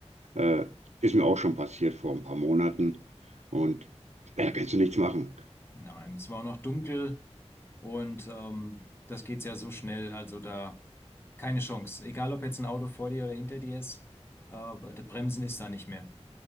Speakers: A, on the right (about 85°); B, on the left (about 20°).
A: äh, ist mir auch schon passiert vor ein paar Monaten. Und äh, da kannst du nichts machen.
B: Nein, es war auch noch dunkel und ähm, das geht ja so schnell. Also da keine Chance. Egal, ob jetzt ein Auto vor dir oder hinter dir ist, äh, der Bremsen ist da nicht mehr.